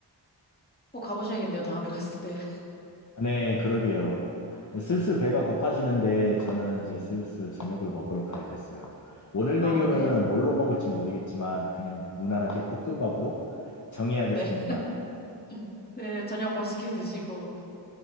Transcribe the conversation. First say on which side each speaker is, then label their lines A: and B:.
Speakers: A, on the left; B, on the left.
A: 꼭 가보셔야겠네요, 다음에 갔을 때. <laughs>
B: 네, 그러게요. 슬슬 배가 고파지는데 저는 이제 슬슬 저녁을 먹으러 가야겠어요. 오늘 메뉴는
A: 아, 네.
B: 뭘로 먹을지 모르겠지만 그냥 무난하게 볶음밥으로 정해야겠습니다.
A: 네. <laughs> 네, 저녁 맛있게 드시고,